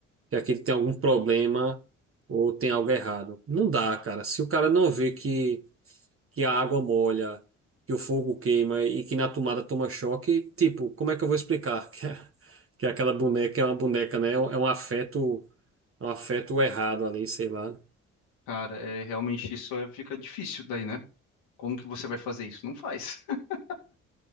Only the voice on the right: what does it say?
que aquilo tem algum problema ou tem algo errado. Não dá, cara. Se o cara não vê que, que a água molha, que o fogo queima e que na tomada toma choque, tipo, como é que eu vou explicar <laughs> que, é- que é aquela boneca é uma boneca, né? É um é um afeto, é um afeto errado ali, sei lá.